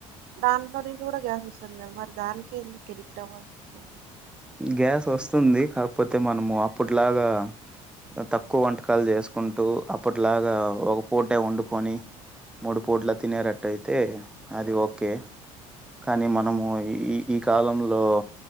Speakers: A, on the right; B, in the centre.
A: దాంట్లో నించి కూడా గ్యాస్ ఓస్తుంది కదా మరి దానికే ఎందుకు ఎడిక్ట్ అవ్వాల్సి ఓస్తుంది
B: గ్యాస్ వస్తుంది కాకపోతే మనము అప్పట్లాగా తక్కువ వంటకాలు చేసుకుంటూ అప్పట్లాగా ఒక పూటే వండుకొని మూడు పుట్ల తినేరట్టయితే అది ఓకే కానీ మనము ఈ ఈ ఈ కాలంలో